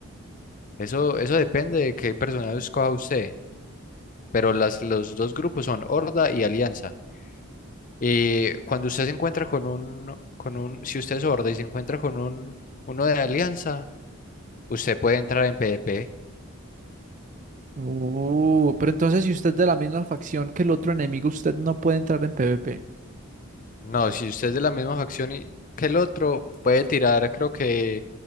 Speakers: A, on the left; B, on the right.
A: Eso, eso depende de qué personaje escoja usted. pero las, los dos grupos son Horda y Alianza. Y cuando usted se encuentra con un, con un, si usted es Horda y se encuentra con un, uno de Alianza, usted puede entrar en PvP.
B: Uh, pero entonces si usted es de la misma facción que el otro enemigo, usted no puede entrar en PvP.
A: No, si usted es de la misma facción y, que el otro, puede tirar, creo que,